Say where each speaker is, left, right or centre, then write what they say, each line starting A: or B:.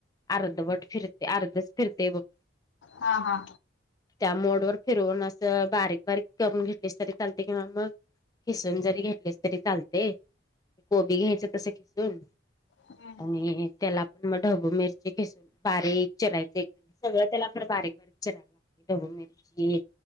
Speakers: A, on the left; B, on the left.
A: अर्धवट फिरते अर्धच, फिरतय बगं.
B: हा हा.
A: त्या मोड वर फिरून असं, बारीक बारीक करून घेतलीस तरी चालते. किंवा मग खिसून जरी घेतलीस तरी चालते. कोबी घ्यायचं तस, खिसून
B: हम्म.
A: आणि त्याला मग ढबू मिरची खिसून बारीक चिरायच, एकदम सगळं त्याला खरं बारीक चिरायाचं. ढबू मिरची,